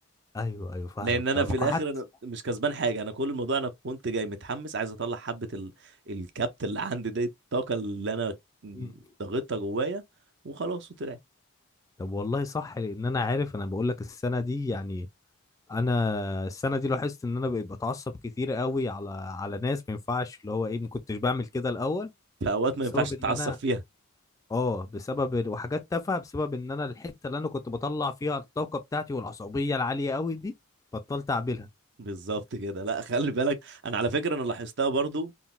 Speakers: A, on the left; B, on the right.
A: ايوه ايوه فاهمك
B: لان انا
A: فاهمك
B: في الاخر
A: وحتى
B: انا مش كسبان حاجه انا كل الموضوع انا كنت جاي متحمس عايز اطلع حبه ال... الكبت اللي عندي دي الطاقه اللي انا
A: مم.
B: ضغطتها جوايا وخلاص وطلعت
A: طب والله صح لان انا عارف انا بقول لك السنه دي يعني انا السنه دي لاحظت ان انا بقيت بتعصب كتير قوي على على ناس ما ينفعش اللي هو ايه ما كنتش بعمل كده الاول
B: في اوقات ما
A: بسبب
B: ينفعش
A: ان
B: تتعصب
A: انا
B: فيها
A: اه بسبب ال- وحاجات تافهه بسبب ان انا الحته اللي انا كنت بطلع فيها الطاقه بتاعتي والعصبيه العاليه قوي دي بطلت اعملها
B: <laughs> بالظبط كده لا خلي بالك انا على فكره انا لاحظتها برضو